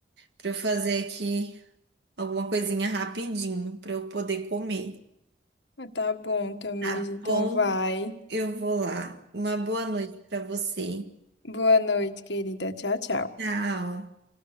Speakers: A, on the right (about 70°); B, on the left (about 75°).
A: pra eu fazer aqui alguma coisinha rapidinho pra eu poder comer.
B: Ah, tá bom, Tamires,
A: Tá
B: então
A: bom?
B: vai.
A: Eu vou lá. Uma boa noite pra você.
B: Boa noite, querida. Tchau, tchau.
A: Tchau.